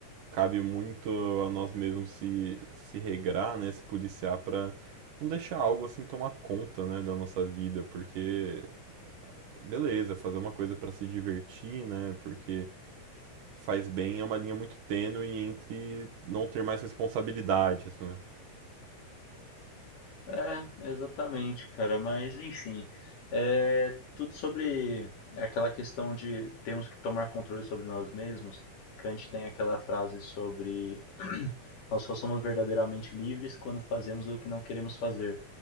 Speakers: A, on the right; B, on the left.
A: cabe muito a nós mesmos se, se regrar, né? Se policiar para não deixar algo assim tomar conta, né? Da nossa vida, porque, beleza, fazer uma coisa para se divertir, né? Porque faz bem é uma linha muito tênue entre não ter mais responsabilidades, né?
B: É, exatamente, cara. Mas enfim, é tudo sobre aquela questão de temos que tomar controle sobre nós mesmos. Kant tem aquela frase sobre <clears throat> nós só somos verdadeiramente livres quando fazemos o que não queremos fazer.